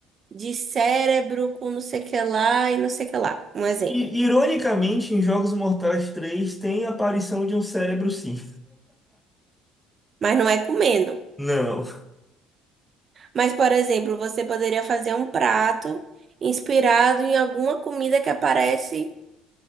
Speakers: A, on the right; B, in the centre.
A: de cérebro com não sei o que lá e não sei o que lá. Um exemplo.
B: E, ironicamente, em Jogos Mortais 3 tem a aparição de um cérebro, sim.
A: Mas não é comendo.
B: <laughs> Não.
A: Mas, por exemplo, você poderia fazer um prato inspirado em alguma comida que aparece